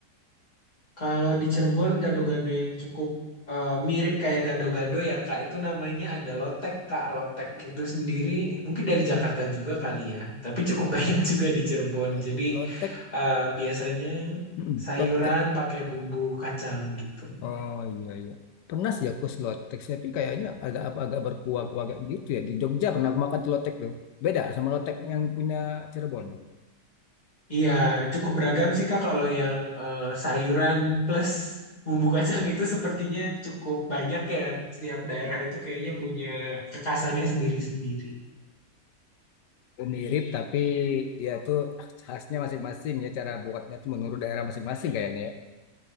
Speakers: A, on the left; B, on the left.
A: Kalau di Cirebon gado-gado yang cukup eh, mirip kayak gado-gado ya Kak, itu namanya ada lotek Kak. Lotek itu sendiri mungkin dari Jakarta juga kali ya, tapi cukup
B: Oh,
A: <laughs> banyak
B: lotek.
A: juga di Cirebon.
B: Lot
A: Jadi
B: Lotek,
A: eh, biasanya
B: Mm-mm.
A: sayuran
B: Lotek.
A: pakai bumbu kacang gitu.
B: Oh iya iya. Pernah sih aku si Lotek, tapi kayaknya agak agak berkuah-kuah agak gitu ya. Di Jogja pernah aku makan tuh Lotek tuh. Beda sama Lotek yang punya Cirebon.
A: Iya, cukup beragam sih Kak kalau yang eh, sayuran plus bumbu kacang itu sepertinya cukup banyak ya. Setiap daerah itu kayaknya punya kekhasannya sendiri-sendiri.
B: Mirip tapi dia tuh khasnya masing-masing ya cara buatnya tuh menurut daerah masing-masing kayaknya ya.